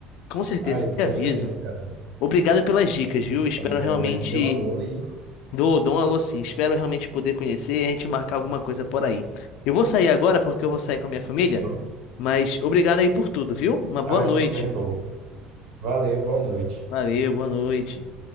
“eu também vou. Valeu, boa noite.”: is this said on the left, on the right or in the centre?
Right